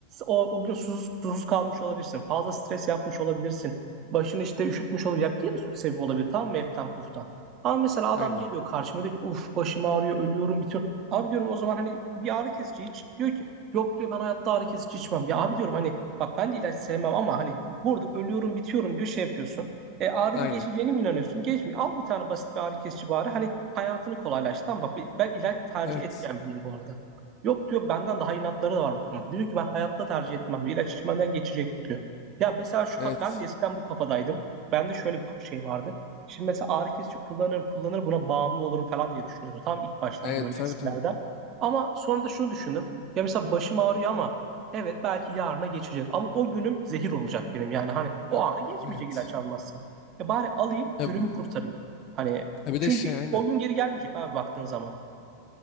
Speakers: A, on the right (about 35°); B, on the left (about 40°).
A: O, o gün susuz, susuz kalmış olabilirsin. Fazla stres yapmış olabilirsin. başın işte üşütmüş olabilir. Yani bir sürü sebebi olabilir. Tamam mı? Eften puftan. Ama mesela adam
B: Aynen.
A: geliyor karşıma diyor ki uf başım ağrıyor ölüyorum bitiyor. Abi diyorum o zaman hani bir ağrı kesici iç. Diyor ki yok diyor ben hayatta ağrı kesici içmem. Ya abi diyorum hani bak ben de ilaç sevmem ama hani burada ölüyorum bitiyorum diyor şey yapıyorsun. E ağrın
B: Aynen.
A: geçeceğine mi inanıyorsun? Geçmiyor. Al bir tane basit bir ağrı kesici bari. Hani hayatını kolaylaştır. Tamam bak ben ilaç tercih
B: Evet.
A: etmeyen biriyim bu arada. Yok diyor benden daha inatları da var bu konuda. Diyor ki ben hayatta tercih etmem diyor. İlaç içmeden geçecek bu diyor. Ya mesela şu
B: Evet.
A: ka- ben de eskiden bu kafadaydım. Bende şöyle bir şey vardı. Şimdi mesela ağrı kesici kullanırım kullanırım buna bağımlı olurum falan diye düşünüyordum. Tam ilk başlarda
B: Evet.
A: böyle
B: Tabii
A: eskilerde.
B: tabii.
A: Ama sonra da şunu düşündüm. Ya mesela başım ağrıyor ama evet belki yarına geçecek. Ama o günüm zehir olacak benim. Yani hani o
B: Tab-
A: ağrı geçmeyecek
B: Evet.
A: ilaç almazsam. E bari alayım
B: Ya
A: günümü
B: bu-
A: kurtarayım. Hani
B: ya bir
A: çünkü
B: de şey aynen.
A: o gün geri gelmeyecek abi baktığın zaman.